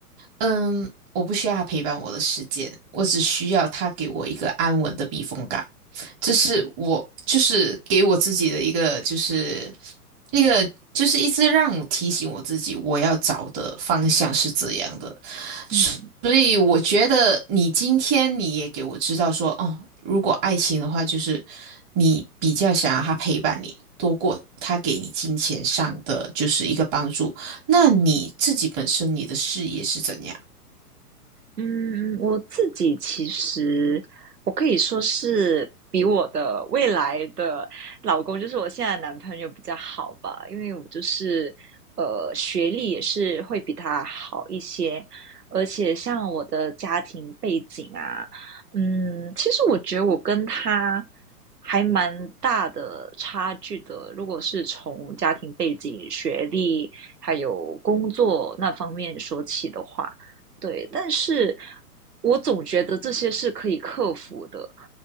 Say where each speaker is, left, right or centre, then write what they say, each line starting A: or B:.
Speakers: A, on the right (about 30°); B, on the right (about 80°).
A: 嗯，我不需要她陪伴我的时间，我只需要他给我一个安稳的避风港，这是我就是给我自己的一个就是那个就是一直让我提醒我自己我要找的方向是这样的。
B: 嗯，
A: 所以我觉得你今天你也给我知道说，哦，如果爱情的话，就是你比较想要他陪伴你，多过他给你金钱上的就是一个帮助。那你自己本身你的事业是怎样？
B: 嗯，我自己其实我可以说是比我的未来的老公，就是我现在的男朋友比较好吧，因为我就是呃学历也是会比他好一些，而且像我的家庭背景啊，嗯，其实我觉得我跟他还蛮大的差距的，如果是从家庭背景、学历还有工作那方面说起的话。对，但是我总觉得这些是可以克服的。